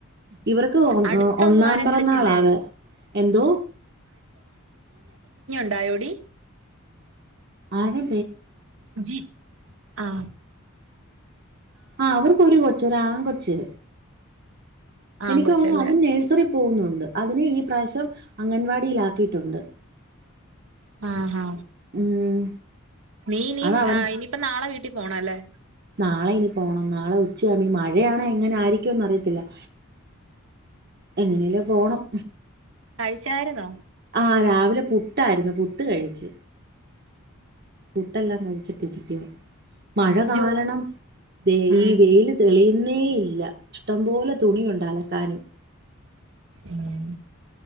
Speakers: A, on the right; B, on the right.
A: ഇവർക്ക് ഒ
B: അടുത്തൊന്നും
A: ഒന്നാം
B: ആരേം
A: പറന്നാളാവ
B: വിളിച്ചില്ലേ
A: എന്തോ
B: ണ്ടായോടി
A: ആരെ
B: ജി ആ
A: ആ അവർക്കൊരു കൊ ച്ച് ഒരാങ്കൊച്ച്
B: ആൺ
A: എനിതോന്നുന്നു
B: കൊച്ചല്ലേ
A: അത് നഴ്സറി പോകുന്ന് ണ്ട് അതിനേ ഈ പ്രാശ്യം അംഗൻവാടിലാക്കിയിട്ടുണ്ട്.
B: ആ ആ
A: ഉം
B: നീ ഇനി
A: അത് അവൻ
B: ആ ഇനിയിപ്പ നാളെ വീട്ടി പോണല്ലേ
A: നാളെയിനി പോണം നാളെ ഉച്ചയാവുമ്പം മഴയാണെ എങ്ങനെ ആയിരിക്കുന്നറിയി ത്തില്ല എങ്ങനേലും പോണം
B: ച്ചായിരുന്നോ
A: ആ രാവിലെ പുട്ടായിരുന്നു പുട്ട് കഴിച്ച്. പുട്ടെല്ലാം കഴിച്ചി ട്ടിരിക്കുവാ മഴ കാരണം
B: ജോ
A: ദെ
B: ഉം
A: ഈ വെയില് തെളി ന്നേയില്ല ഇഷ്ടം പോലെ തുണിയുണ്ടലക്കാനും
B: ഉം